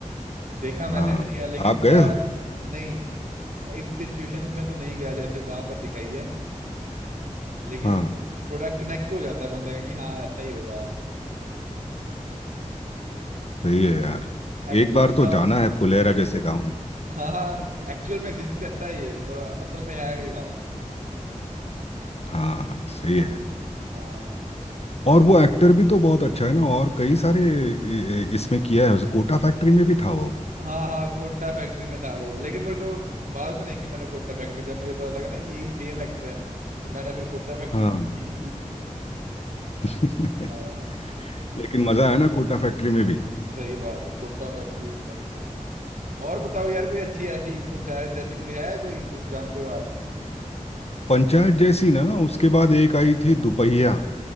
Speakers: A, on the right; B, on the left.
A: देखा मैंने
B: हाँ
A: भी नहीं है लेकिन
B: आप
A: थोड़ा
B: गए हो
A: नहीं इस सिचुएशंस में तो नहीं गया जैसे वहां पर दिखाई है लेकिन
B: हाँ
A: थोड़ा कनेक्ट हो जाता है बंदे का कि हाँ ऐसा ही होगा
B: सही है यार
A: एक्चुअल
B: एक बार
A: में
B: तो
A: गाँव
B: जाना है फुलेरा जैसे गांव में
A: हाँ हाँ एक्चुअल में एग्जिस्ट करता है ये मतलब असल में है ये गाँव
B: हाँ सही है
A: हाँ
B: और
A: और
B: वो एक्टर भी तो बहुत अच्छा है ना और कई सारे इ- इ- इसमें किया है उस कोटा फैक्ट्री में भी था वो
A: कोट- हाँ हाँ कोट्टा फैक्ट्री में था वो लेकिन मेरे को बाद में देखी मैंने कोट्टा फैक्ट्री जब मुझे पता लगा ना कि यही सेम एक्टर है तो मैंने फिर कोट्टा फैक्ट्री
B: हाँ
A: देखी <laughs>
B: <laughs>
A: हाँ
B: लेकिन मजा आया ना कोटा फैक्ट्री में भी
A: सही बात है कोट्टा फैक्ट्री भी मस्त थी और बताओ यार कोई अच्छी ऐसी पंचायत जैसी कोई है कोई जो जानते हो आप
B: पंचायत जैसी ना उसके बाद एक आई थी दुपहिया